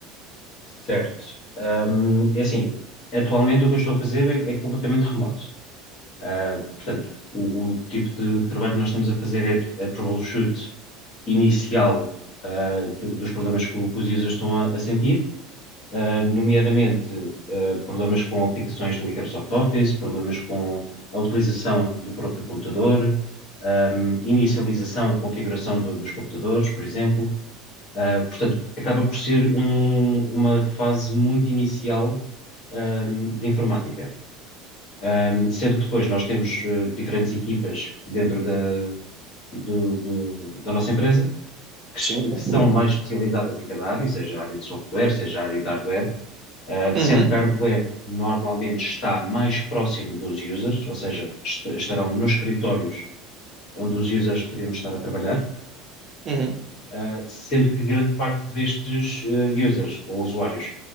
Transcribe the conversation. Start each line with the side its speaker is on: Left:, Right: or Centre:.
Left: Certo. Ahm, é assim, atualmente o que eu estou a fazer é, é completamente remoto. Ah, portanto, o, o tipo de trabalho que nós estamos a fazer é tr- é troubleshoot inicial, ah, do- dos problemas que, o- que os users estão a, a sentir, ah, nomeadamente, ah, problemas com aplicações do Microsoft Office, problemas com a utilização do próprio computador, ahm, inicialização, configuração do- dos computadores, por exemplo. Uh, portanto, acaba por ser um- uma fase muito inicial, um, de informática. Um, sendo que depois nós temos uh, diferentes equipas dentro da, do- do- da nossa empresa que, s-
Right: Sim, sim.
Left: que são mais especializadas em cada área, seja a área de software, seja a área de hardware, Uh, sendo
Right: Uhum.
Left: que a hardware normalmente está mais próximo dos users, ou seja, est- estarão nos escritórios onde os users deveriam estar a trabalhar
Right: Uhum.
Left: Uh, sendo que grande parte destes uh, users ou usuários